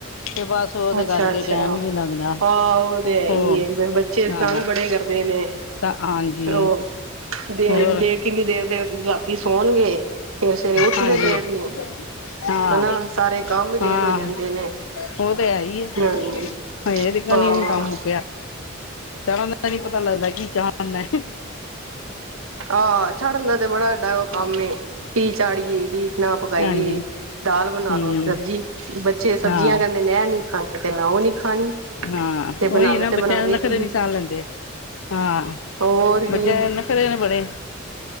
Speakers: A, on the left; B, on the right.
A: ਤੇ ਬਸ ਉਹਦੇ
B: ਅੱਛਾ-
A: ਕਰਕੇ
B: ਅੱਛਾ
A: ਟੈਮ
B: ਆ
A: ਹੀ ਨਹੀਂ ਲੱਗਦਾ
B: ਹਾਂ ਉਹ ਤੇ ਹੈ
A: ਹੋ
B: ਈ ਏ ਪਰ ਬੱਚੇ
A: ਹਾਂ
B: ਤੰਗ ਬੜੇ ਕਰਦੇ ਨੇ।
A: ਤਾਂ ਹਾਂਜੀ
B: ਹੋਰ ਦੇ
A: ਹੋਰ
B: ਦੇ ਕਿੰਨੀ ਦੇਰ ਦੇ ਰਾਤੀ ਸੌਣਗੇ। <unintelligible> ਫੇਰ ਸਵੇਰੇ ਉੱਠਦੇ
A: ਹਾਂਜੀ
B: ਲੇਟ ਨੀ ਓ
A: ਹਾਂ
B: ਹਨਾ ਸਾਰੇ ਕੰਮ ਵੀ ਲੇਟ
A: ਹਾਂ
B: ਹੋਈ ਜਾਂਦੇ ਨੇ।
A: ਉਹ ਤੇ ਹੈ ਈ ਏ
B: ਹਾਂਜੀ
A: ਹਜੇ ਟਿਕਣ
B: ਹਾਂ
A: ਈ ਨੀ ਕੰਮ ਮੁੱਕਿਆ। ਚੜਨ ਦਾ ਨੀ ਪਤਾ ਲੱਗਦਾ ਕੀ ਚਾੜਨਾ
B: ਆਹ ਚਾੜਨ ਦਾ ਤੇ ਬੜਾ ਸਾਡਾ ਉਹ ਕੰਮ ਏ ਕੀ ਚਾੜੀਏ ਕੀ ਨਾ ਪਕਾਈਏ
A: ਹਾਂਜੀ
B: ਦਾਲ ਬਣਾ
A: ਹਮ
B: ਲੋ ਸਬਜ਼ੀ ਬੱਚੇ ਸਬਜ਼ੀਆਂ
A: ਹਾਂ
B: ਕਹਿੰਦੇ ਅਹਿ ਨੀ ਖਾਣੀ ਤੇ ਮੈਂ ਉਹ ਨੀ ਖਾਣੀ
A: ਹਾਂ
B: ਤੇ ਬਣਾਵੇ
A: ਉਹੀ ਨਾ
B: ਤੇ
A: ਬੱਚਿਆਂ
B: ਬਣਾਵੇ
A: ਨੂੰ ਨਖਰੇ
B: ਕੀ
A: ਨੀ ਸਾਹ ਲੈਂਦੇ ਹਾਂ
B: ਹੋਰ ਕੀ
A: ਬੱਚਿਆਂ ਖਰੇ ਨੇ ਬੜੇ